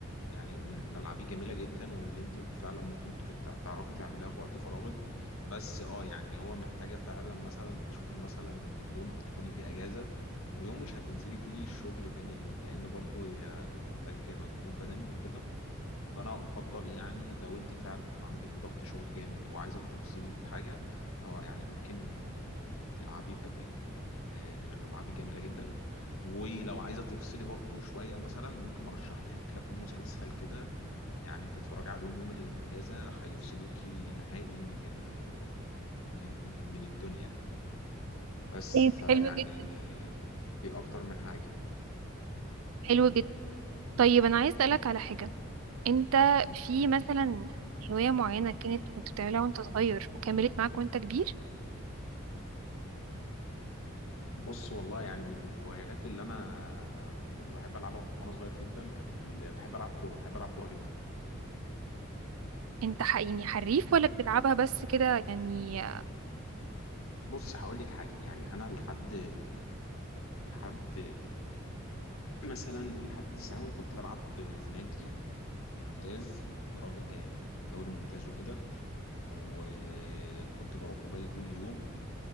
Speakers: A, on the left; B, on the right.
A: يعني من الالعاب الجميله جدا واللي انت فعلا ممكن ت- تع- تعرفي تعمليها في وقت فراغك بس اه يعني هو محتاجه فعلا مثلا تشوفي مثلا يوم تكوني فيه اجازه ويوم مش هتنزلي فيه الشغل تاني يوم لان برضو هي بتحتاج مجهود بدني وكده فانا افضل يعني لو انت فعلا عندك ضغط شغل جامد وعايزه تفصلي بحاجه اه يعني ممكن آه، تلعبي بادل آه، من الالعاب الجميله جدا ولو عايزه تفصلي برضو شويه مثلا ممكن ارشح لك كام مسلسل كده يعني تتفرج عليهم يوم الأجازة هيفصلوكي نهائي من ال... من من الدنيا بس
B: طيب
A: فيعني
B: حلو جدا
A: في أكتر من حاجة
B: حلو جدا طيب انا عايز اسالك على حاجه انت في مثلا هوايه معينه كانت كنت بتعملها وانت صغير وكملت معاك وانت كبير
A: بص والله يعني من الهوايات اللي أنا كنت بحب ألعبها وأنا صغير جدا كان ال- بحب ألعب كورة بحب ألعب كورة جدا
B: انت ح- يعني حريف ولا بتلعبها بس كده يعني
A: بص هقول لك حاجة يعني أنا لحد لحد مثلا لحد ثانوي كنت بلعب في نادي ممتاز درجة آه، دوري ممتاز وكده وكنت بروح وباجي كل يوم